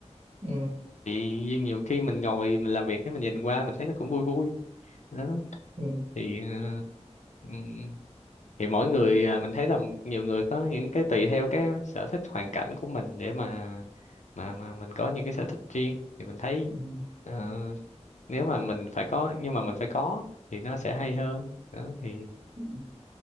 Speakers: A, on the right; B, on the left.
A: ừ,
B: thì nhiều khi mình ngồi mình làm việc cái mình nhìn qua mình thấy nó cũng vui vui đó
A: ừ,
B: thì uh, thì mỗi người à, mình thấy là nhiều người có những cái tùy theo cái sở thích hoàn cảnh của mình để mà mà mà mình có những cái sở thích riêng thì mình thấy
A: ừ,
B: ờ, nếu mà mình phải có nhưng mà mình phải có thì nó sẽ hay hơn đó thì
A: ừ.